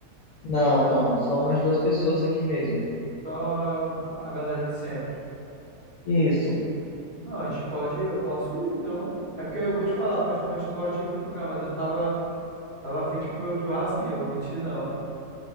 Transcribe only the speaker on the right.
Só a galera de sempre.
Ah, a gente pode, eu posso ir, então. É porque eu vou te falar, particularmente eu não gosto de ir muito lugar, mas eu tava, tava afim de comer um churrasquinho, vou mentir não.